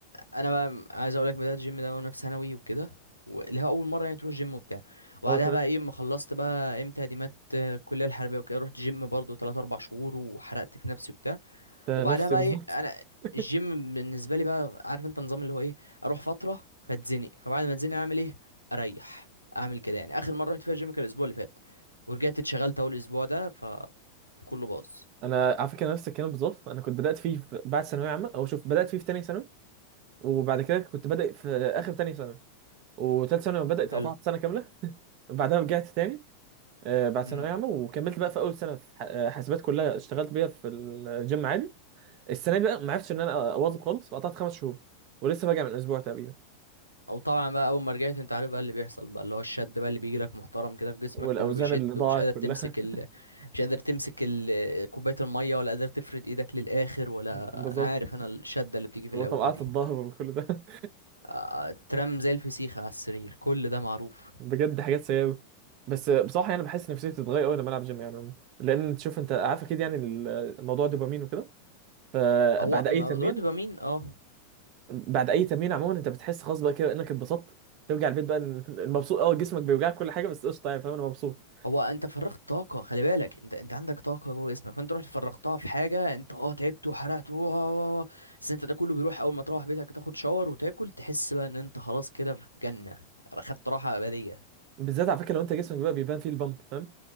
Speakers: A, on the left; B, on the right.
A: انا بقى عايز اقول لك بدات الجيم ده وانا في ثانوي وكده اللي هو اول مره يعني تروح جيم وبتاع وبعدها
B: اه تمام
A: بقى ايه اما خلصت بقى امتى تقديمات آه، الكليه الحربيه وكده رحت جيم برضو 3 4 شهور وحرقت في نفسي وبتاع
B: ده
A: وبعدها
B: نفسي
A: بقى
B: بالظبط
A: ايه انا
B: <laughs>
A: الجيم بالنسبه لي بقى عارف انت النظام اللي هو ايه اروح فتره فاتزنق فبعد ما اتزنق اعمل ايه اريح اعمل كده يعني اخر مره رحت فيها الجيم كان الاسبوع اللي فات ورجعت اتشغلت اول اسبوع ده فكله باظ
B: انا على فكره نفس الكلام بالظبط انا كنت بدات فيه في بعد ثانويه عامه او شوف بدات فيه في ثانيه ثانوي وبعد كده كنت بادئ في اخر ثانيه ثانوي وثالث ثانوي بدات
A: حلو
B: قطعت سنه كامله وبعدها رجعت تاني آه، بعد ثانوية
A: امم
B: عامة وكملت بقى في أول سنة في ح- آه، حاسبات كلها اشتغلت بيها في الجيم عادي السنة دي بقى ما عرفتش إن أنا أواظب خالص فقطعت خمس شهور ولسه راجع من أسبوع تقريبا
A: او طبعا بقى اول ما رجعت انت عارف بقى اللي بيحصل بقى اللي هو الشد بقى اللي بيجي لك محترم كده في جسمك
B: والأوزان
A: كله بيشد
B: اللي ضاعت
A: ومش قادر تمسك
B: كلها
A: ال... مش قادر تمسك ال... كوبايه الميه ولا قادر تفرد ايدك للاخر ولا
B: <laughs> بالظبط
A: انا عارف انا الشده اللي بتيجي
B: وطبقات
A: في الاول دي
B: الظهر وكل ده
A: آه، ترام زي الفسيخة على السرير كل ده معروف
B: <laughs> بجد حاجات سيئة أوي بس آه، بصراحة يعني بحس نفسيتي بتتغير أوي لما ألعب جيم يعني عموماً. لأن تشوف أنت عارف أكيد يعني الموضوع دوبامين وكده فبعد
A: هو
B: أي
A: موضوع
B: تمرين
A: الدوبامين اه
B: بعد اي تمرين عموما انت بتحس خلاص بقى كده انك اتبسطت ترجع البيت بقى ال- مبسوط اه جسمك بيوجعك كل حاجه بس قشطه يعني فاهم انا مبسوط
A: هو انت فرغت طاقة خلي بالك انت انت عندك طاقة جوه جسمك فانت رحت فرغتها في حاجة انت اه تعبت وحرقت و- و- و- بس انت ده كله بيروح اول ما تروح بيتك تاخد شاور وتاكل تحس بقى ان انت خلاص كده في جنة خدت راحة أبدية
B: بالذات على فكره لو انت جسمك بقى بيبان فيه البامب فاهم